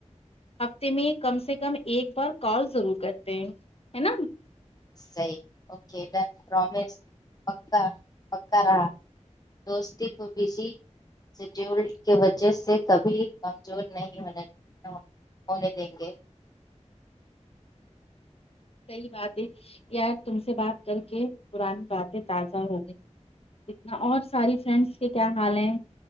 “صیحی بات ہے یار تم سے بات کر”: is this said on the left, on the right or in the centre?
Left